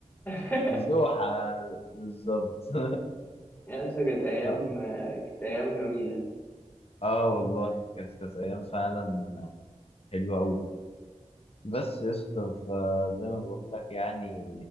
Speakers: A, on the left (about 15°); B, on the left (about 50°).
A: <laughs>
B: زوحة بالظبط <laughs>
A: يا اسطى كانت أيام
B: ف-
A: آه، كانت أيام جميلة
B: اه والله كانت كانت ايام فعلا حلوه قوي بس يا اسطى فزي ما بقول لك يعني